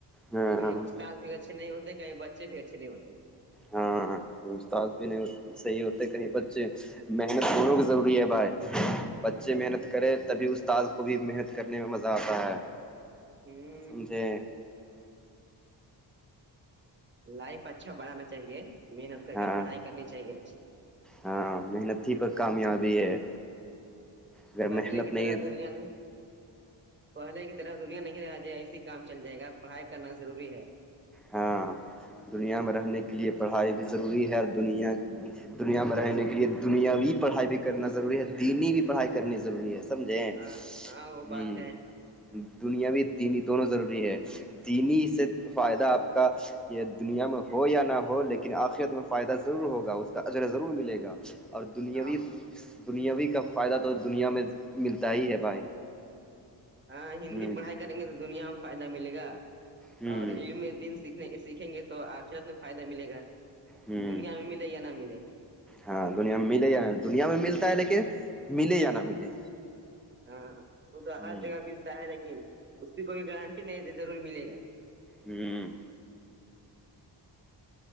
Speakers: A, in the centre; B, on the right (about 25°).
A: ہاں
B: کہیں استاد بھی اچھے نہیں ہوتے کہیں بچے بھی اچھے نہیں ہوتے
A: ہاں کہیں استاد بھی نہیں صحیح ہوتے کہیں بچے محنت کروں کی ضروری ہے بھائی بچے محنت کرے تبھی استاد کو بھی محنت کرنے میں مزہ آتا ہے
B: ہ
A: سمجھے
B: لائف اچھا بڑھانا چاہیے محنت کر
A: ہاں
B: کے پڑھائی کرنی چاہیے اچھی
A: ہاں محنت ہی پر کامیابی ہے اگر
B: پہلے
A: محنت
B: کی
A: نہیں
B: طرح دنیا میں پہلے کی طرح دنیا نہیں رہ جائے ایسی کام چل جائے گا پڑھائی کرنا ضروری ہے
A: ہاں دنیا میں رہنے کے لیے پڑھائی بھی ضروری ہے دنیا دنیا میں رہنے کے لیے دنیاوی پڑھائی بھی کرنا ضروری ہے دینی بھی پڑھائی کرنی ضروری ہے سمجھےیں ہوں
B: ہاں ہاں وہ بات ہے
A: دنیا بھی دینی دونوں ضروری ہے دینی سے فائدہ آپ کا یہ دنیا میں ہو یا نہ ہو لیکن آخرت میں فائدہ ضرور ہوگا اس کا اجرا ضرور ملے گا اور دنیاوی
B: ہاں
A: دنیاوی کا فائدہ تو دنیا میں ملتا ہی ہے بھائی
B: ہاں ہندی
A: ہوں
B: پڑھائی کریں گے تو دنیا میں فائدہ ملے گا
A: ہوں
B: اور علم دن سنے سیکھیں گے تو آخرت میں فائدہ ملے گا
A: ہوں
B: دنیا میں ملے یا نہ ملے
A: ہاں دنیا میں ملے یا دنیا میں ملتا ہے لیکن ملے یا نہ ملے
B: ہاں ہاں وہ تو
A: ہوں
B: ہر جگہ ملتا ہے لیکن اس کی کوئی گارنٹی نہیں ضرور ملے گا
A: ہوں